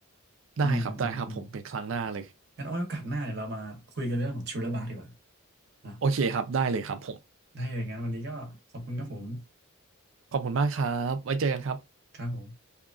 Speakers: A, on the right; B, on the right.
A: ได้ครับได้ครับผมเป็นครั้งหน้าเลย
B: อืม อืม อืมงั้นเอาไว้โอกาสหน้าเดี๋ยวเรามาคุยกันเรื่องของชูเลอร์บาร์ดีกว่านะ
A: โอเคครับได้เลยครับผม
B: ได้เลย งั้นวันนี้ก็ขอบคุณครับผม
A: ขอบคุณมากครับไว้เจอกันครับ
B: ครับผม